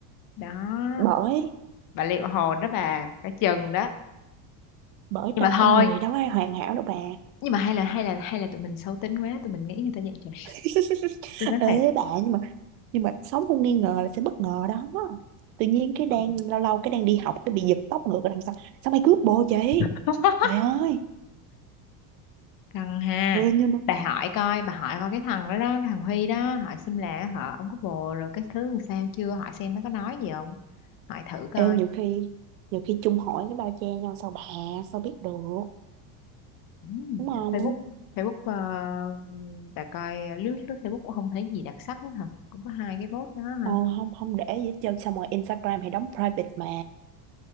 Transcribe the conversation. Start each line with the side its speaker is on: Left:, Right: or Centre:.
Left: Đó.
Right: bởi
Left: bà liệu hồn đó bà cả chừng đó
Right: bởi
Left: nhưng
Right: đâu
Left: mà thôi
Right: con người đâu ai hoàn hảo đâu bà
Left: nhưng mà hay là hay là hay là tụi mình xấu tính quá tụi mình nghĩ người ta vậy trời
Right: <laughs>
Left: <laughs> tôi nói
Right: ê
Left: thiệt
Right: bà nhưng mà nhưng mà sống không nghi ngờ là sẽ bất ngờ đó tự nhiên cái đang
Left: Ừ.
Right: lâu lâu cái đang đi học cái bị giật tóc ngược ở đằng sau sao mày cướp bồ chị
Left: <laughs>
Right: trời ơi
Left: căng ha
Right: Ê, nhưng mà
Left: bà hỏi coi bà hỏi coi cái thằng đó đó cái thằng Huy đó hỏi xem là họ ông có bồ rồi cái thứ làm sao chưa hỏi xem nó có nói gì không hỏi thử coi
Right: Ê, nhiều khi nhiều khi chung hỏi cái bao che nhau sao bà sao biết được
Left: Ừ,
Right: đúng không
Left: Facebook Facebook ờ, bà coi lướt lướt Facebook cũng không thấy gì đặc sắc hết hả cũng có hai cái post đó
Right: ờ,
Left: hả
Right: không không để gì hết trơn sao mà Instagram thì đóng private mà